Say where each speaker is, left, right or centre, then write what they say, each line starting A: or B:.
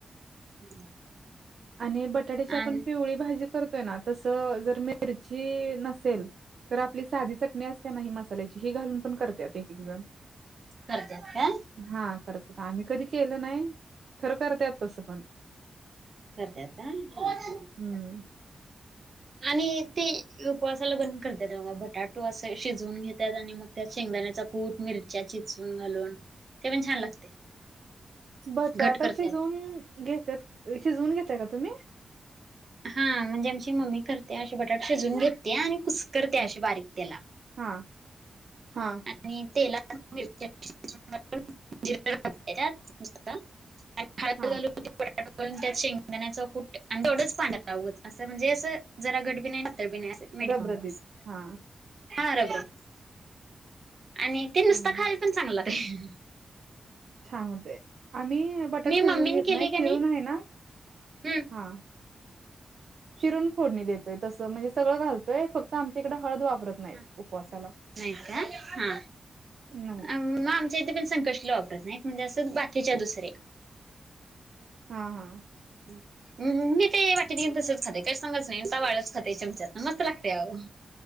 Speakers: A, on the right; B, on the right.
A: <unintelligible>
B: आणि बटाट्याची आपण
A: आणि
B: पिवळी भाजी करतोय ना, तसं जर मिरची नसल तेल तर आपली साधी चटणी असते ना, ही मसाल्याची ही घालून पण करत्यात एक एक जण.
A: करत्यात काय?
B: हा करत आम्ही कधी केलं नाही, खरं करत्यात तसं पण.
A: करत्यात काय,
B: हं.
A: आणि ते उपवासाला पण करतात बघा, बटाटू असं शिजवून घेतात, आणि मग त्या शेंगदाण्याचा. कूट मिरच्या चिचून घालून, ते पण छान लागते.
B: बटाटा
A: घट करत्यात
B: शिजवून घेतात शिजवून घेताय का तुम्ही?
A: हा म्हणजे आमची मम्मी करते अशी बटाटा शिजवून घेते आणि कुसकरते
B: हां,
A: अशी बारीक त्याला.
B: हां हां.
A: आणि तेलात <inaudible> ळ घ <unintelligible>
B: हां.
A: वरून त्याच शेंगदाण्याच कुठ आणि तेवढंच पांढरवत असं म्हणजे असं जरा घटबी नाही नाही. <unintelligible> मिडियम
B: रबरबीत
A: मऊ असत,
B: हा.
A: हा रबरबीत. आणि ते नुसता
B: हा हा.
A: खायला पण चांगलं लागतय.
B: छान होते आम्ही बटाटा शिजवून
A: मम्मीने
B: घेत
A: केली
B: नाही आहे
A: का
B: चिरून आहे ना
A: हम्म
B: हां. चिरून फोडणी देतोय तसं म्हणजे सगळं घालतोय फक्त आमच्या इकडे हळद वापरत नाहीत
A: <unintelligible> हा
B: उपवासाला.
A: नाही का हा.
B: नाही.
A: मग आमच्या इथे पण संकष्टी वापरत नाहीत म्हणजे असंच बाकीच्या दुसरे
B: हा हा.
A: हम्.. हम् मी ते वाटी घेन तसंच खात काही सांगत नाही त वाळच खातई चमचात ना मस्त लागतेय आवो.